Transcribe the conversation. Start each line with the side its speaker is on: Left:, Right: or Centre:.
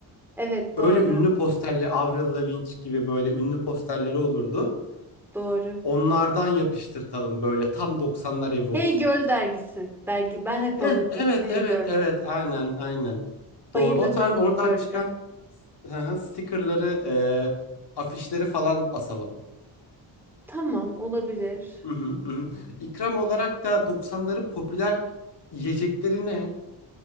Centre: evet
Left: Öyle
Centre: doğru.
Left: ünlü posterli Avril Lavigne gibi böyle ünlü posterleri olurdu.
Centre: Doğru.
Left: Onlardan yapıştırtalım böyle tam 90'lar evi
Centre: Hey
Left: olsun.
Centre: Girl dergisi. Dergi ben hep
Left: Heh,
Centre: alırdım.
Left: evet
Centre: Hey
Left: evet
Centre: Girl.
Left: evet aynen aynen.
Centre: Bayılırdım
Left: Doğru. O tarz
Centre: Hey
Left: oradan
Centre: Girl'le.
Left: çıkan hı hı, stickerları, e, afişleri falan asalım.
Centre: Tamam olabilir.
Left: Hı hı, hı hı. İkram olarak da 90'ların popüler yiyecekleri ne?